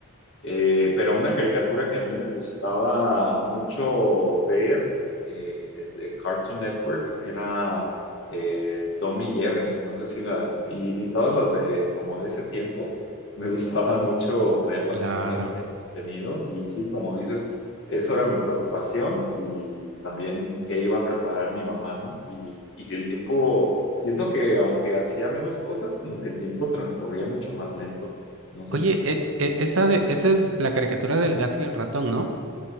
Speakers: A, on the left (about 60°); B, on the right (about 65°).
A: Eh, pero una caricatura que a mí me gustaba mucho ver eh, de Cartoon Network era eh, Tom y Jerry, no sé si la, y, y todas las de como de ese tiempo, me gustaban mucho verlas,
B: Claro.
A: para mí era muy entretenido y sí, como dices, eso era mi preocupación y también qué iba a preparar mi mamá, ¿no? Y, y el tiempo, siento que aunque hacía menos cosas, como que el tiempo transcurría mucho más lento. No sé
B: Oye,
A: si
B: e- e- esa de, esa es la caricatura del gato y el ratón, ¿no?